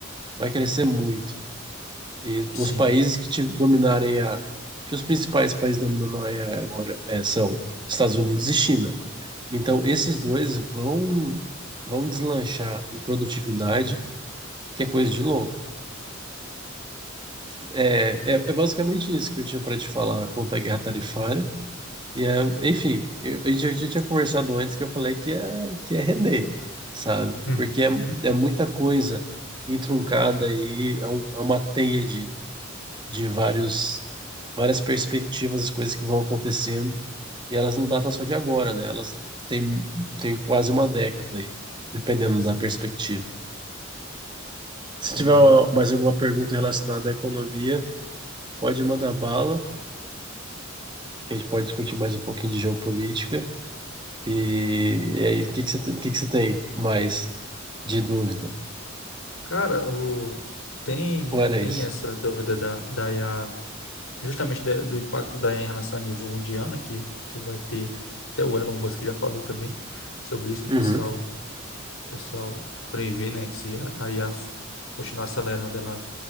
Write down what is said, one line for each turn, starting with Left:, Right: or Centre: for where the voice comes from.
Right: vai crescer muito. E os
Left: Sim,
Right: países que te dominarem a... que os principais países dominando a IA agora é, são Estados Unidos e China. Então, esses
Left: sim.
Right: dois vão vão deslanchar em produtividade, que é coisa de louco. É, é, é basicamente isso que eu tinha para te falar quanto à guerra tarifária. E é, enfim, eu, a gente já já tinha conversado antes que eu falei que é, que é render, sabe?
Left: Uhum.
Right: Porque é,
Left: <laughs>
Right: é muita coisa entroncada aí, é, um- é uma teia de, de vários, várias perspectivas, as coisas que vão acontecendo, e elas não datam só de agora, né? Elas têm, têm quase uma década aí, dependendo
Left: Sim,
Right: da perspectiva. Se
Left: entendi.
Right: tiver uma- mais alguma pergunta relacionada à economia, pode mandar bala, que a gente pode discutir mais um pouquinho de geopolítica. E, e aí, o que que você, tem- o que que você tem mais de dúvida?
Left: Cara, o... tem,
Right: Ou era
Left: tem
Right: isso?
Left: essa dúvida da, da I a justamente da- do impacto da IA em relação ao nível mundial, né, que, que vai ter, até o Elon Musk já falou também sobre isso, que
Right: Uhum.
Left: o pessoal, o pessoal prevê, né, que se a a IA f- continuar acelerando, ela,